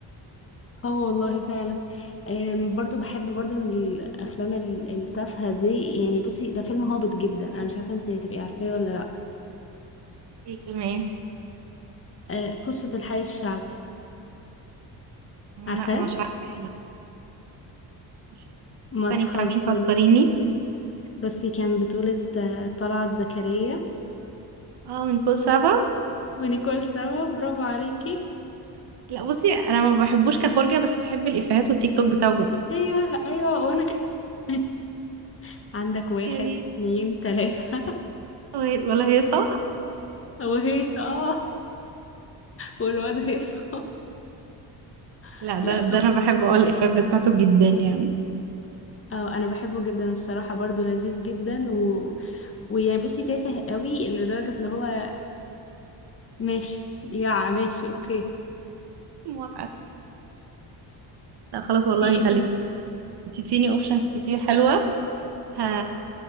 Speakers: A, on the left; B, on the right.
A: اه والله فعلا أم، برضو بحب برضو من الافلام ال- التافهه دي يعني بصي ده فيلم هابط جدا انا مش عارفه انت هتبقي عارفاه ولا لا
B: ايه الفيلم ايه؟
A: آه، قصة الحي الشعبي عارفاه
B: لا مش عارفة لا مش استني
A: ما تهزري
B: بتاع مين فكريني
A: بس كان بطولة آه، طلعت زكريا
B: اه من كل سبع
A: ونيكول سوا برافو عليكي
B: لا بصي انا ما بحبوش كفرجة بس بحب الافيهات والتيك توك بتاعه جدا
A: ايوه ايوه وانا كمان <laughs> عندك واحد
B: يعني
A: اتنين تلاتة <laughs>
B: وهي- ولا هي صح
A: وهيصة اه والواد هيصة <laughs>
B: لا ده
A: لا
B: ده
A: تحفة
B: انا بحب اقول الافيهات بتاعته جدا يعني
A: اه انا بحبه جدا الصراحة برضو لذيذ جدا و... ويعني بصي تافه قوي لدرجة اللي هو ماشي يا ماشي اوكي
B: موافقة لا خلاص والله
A: في ايه
B: خلي
A: تاني
B: تديني اوبشنز كتير حلوة ه...